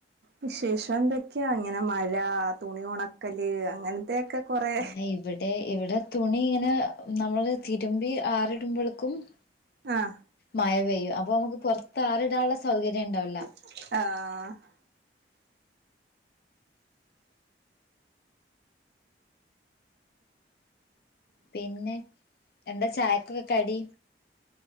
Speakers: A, on the right; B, on the left.
A: വിശേഷം എന്തൊക്കെയാ അങ്ങനെ മഴ തുണി ഉണക്കല് അങ്ങനത്തെയൊക്കെ കൊറെ
B: ആ് ഇവിടെ ഇവിടെ തുണി ഇങ്ങനെ നമ്മള് തിരുമ്പി ആറിടുബോളു ക്കും-
A: ആഹ്
B: മഴ പെയ്യും അപ്പൊ നമുക്ക് പുറത്ത് ആറിടാനുള്ള സൗകര്യം ഉണ്ടാവൂല്ല.
A: ആഹാ
B: പിന്നെ, എന്ത ചായക് കടി.